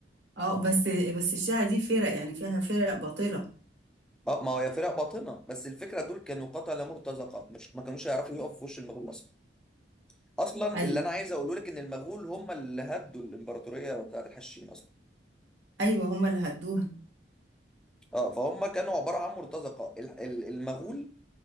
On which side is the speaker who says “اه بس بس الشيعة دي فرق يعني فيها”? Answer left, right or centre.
Right